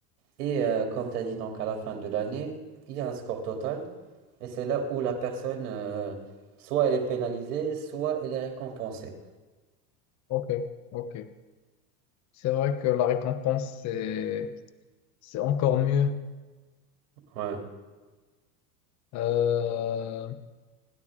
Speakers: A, on the right; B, on the left.
A: Et euh, comme tu as dit, donc à la fin de l'année, il y a un score total. Et c'est là où la personne, euh, soit elle est pénalisée, soit elle est récompensée.
B: Ok, ok. C'est vrai que la récompense, c'est, c'est encore mieux.
A: Ouais,
B: Euh,